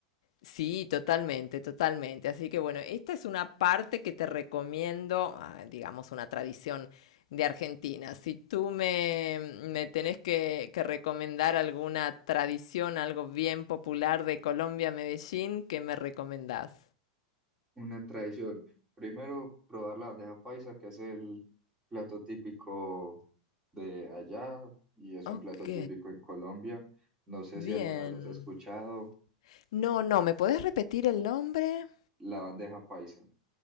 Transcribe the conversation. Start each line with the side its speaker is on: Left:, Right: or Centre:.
Left: Sí, totalmente, totalmente. Así que bueno, esta es una parte que te recomiendo, ah, digamos, una tradición de Argentina. Si tú me, me tenés que, que recomendar alguna tradición, algo bien popular de Colombia, Medellín, ¿qué me recomendás?
Right: Una tradición. Primero, probar la bandeja paisa, que es el plato típico de allá y es
Left: Ok,
Right: un plato típico en Colombia. No sé
Left: bien.
Right: si alguna vez las has escuchado.
Left: No, no, ¿me podés repetir el nombre?
Right: La bandeja paisa,